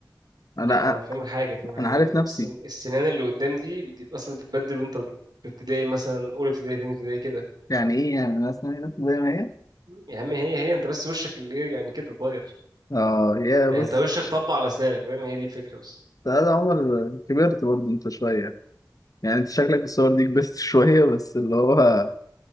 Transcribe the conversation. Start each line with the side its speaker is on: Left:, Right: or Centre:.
Left: انا
Right: لا ما انا فاهمك حاجة فاهمك حاجة
Left: انا عارف
Right: السن...
Left: نفسي
Right: السنان اللي قدام دي بتبقى اصلا بتتبدل وانت في ابتدائي مثلا اولى ابتدائي تاني ابتدائي كده
Left: يعني ايه يعني انا سناني بس زي ما هي
Right: يا عم هي هي انت بس وشك اللي إيه، يعني كده اتغير
Left: اه يا
Right: يعني
Left: بص
Right: انت وشك طبع على اسنانك فاهم هي دي الفكره بس
Left: ده ده عمر كبرت برضه انت شويه يعني انت شكلك بالصور دي كبرت <laughs> شويه بس اللي هو